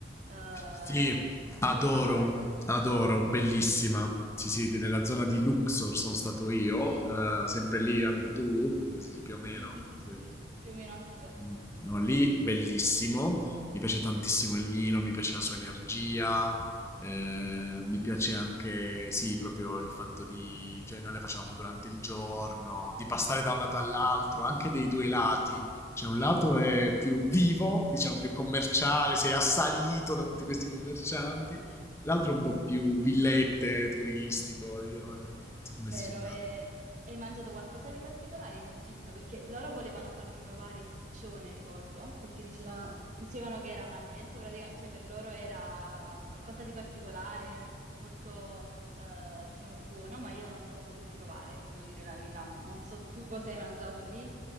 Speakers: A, on the right; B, on the left.
A: Eh,
B: Sì, adoro,
A: l'hai fatta anche tu?
B: adoro, bellissima. Sì, sì, nella zona di Luxor sono stato io,
A: Sì,
B: eh, sempre lì anche tu, sì, sì, più o meno.
A: sì, sì, sì,
B: Sì.
A: sì, sì, più o meno anch'io.
B: Mm. No, lì bellissimo, mi piace tantissimo il Nilo, mi piace la sua energia, eh, mi piace anche, sì, proprio il fatto di, cioè noi le facevamo durante il giorno, di passare da un lato all'altro, anche dei due lati, cioè un
A: Sì,
B: lato è più vivo, diciamo più commerciale, sei assalito da tutti questi commercianti,
A: sì.
B: l'altro è un po' più villette, turistico, diciamo, non so come
A: Vero,
B: spiegarlo.
A: e e hai mangiato qualcosa di particolare in Egitto? Perché loro volevano farmi provare il piccione, ricordo, perché dicevano, dicevano che era un alimento praticamente, cioè per loro era un qualcosa di particolare, molto, eh, diciamo, buono, ma io non l'ho voluto provare, devo dire la verità. Non so tu cosa hai mangiato lì.